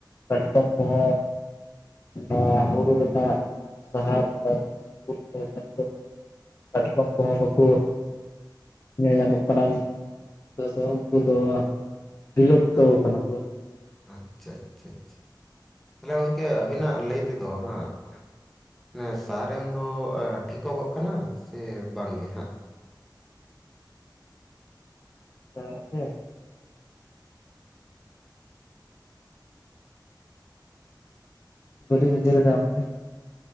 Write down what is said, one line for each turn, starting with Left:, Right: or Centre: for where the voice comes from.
Left: ᱠᱟᱴᱠᱚᱢ ᱠᱚᱦᱚᱸ ᱚᱱᱟ ᱦᱳᱲᱳ ᱞᱮᱠᱟ ᱥᱟᱦᱟᱨ ᱯᱟᱪ ᱢᱤᱫ ᱛᱮ ᱱᱮ <inaudible> <unintelligible> ᱠᱟᱴᱠᱚᱢ ᱠᱚ ᱦᱚᱸ ᱵᱟᱠᱩ ᱧᱮᱞ ᱧᱟᱢᱚᱜ ᱠᱟᱱᱟ ᱱᱤᱛᱜ ᱫᱚ, ᱩᱱᱠᱩ ᱫᱚ ᱵᱤᱞᱚᱯᱛᱚ
Centre: ᱟᱸ,
Left: ᱠᱟᱱᱟ ᱠᱚ᱾
Centre: ᱟᱪᱪᱷᱟ ᱟᱪᱪᱷᱟ ᱟᱪᱪᱷᱟ, ᱛᱟᱦᱚᱞᱮ ᱜᱚᱝᱠᱮ ᱟᱹᱵᱤᱱᱟᱜ ᱞᱟᱹᱭ ᱛᱮᱫᱚ ᱦᱟᱸᱜ᱾ ᱱᱮᱥ ᱥᱟᱨ ᱮᱢ ᱫᱚ ᱴᱷᱤᱠᱚᱜᱚᱜ ᱠᱟᱱᱟ ᱥᱮ ᱵᱟᱝ ᱜᱮ ᱦᱟᱸᱜ?
Left: ᱟ ᱦᱮᱸ᱾ ᱵᱟᱹᱲᱤᱡ ᱢᱤᱡᱤᱨ ᱨᱮ ᱫᱟᱢᱢᱮ᱾